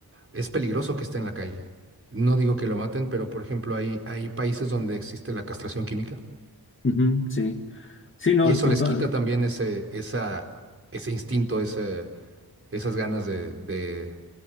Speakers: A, on the right; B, on the left.
A: Es peligroso que esté en la calle. No digo que lo maten, pero por ejemplo, hay, hay países donde existe la castración química
B: Ujú, sí. Sí, no,
A: Y eso
B: total.
A: les quita también ese, esa, ese instinto, ese, esas ganas de, de,